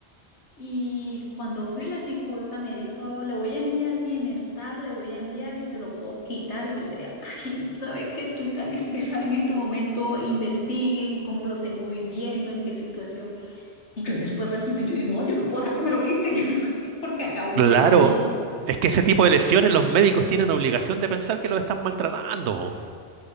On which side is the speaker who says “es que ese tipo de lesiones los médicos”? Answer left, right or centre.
Right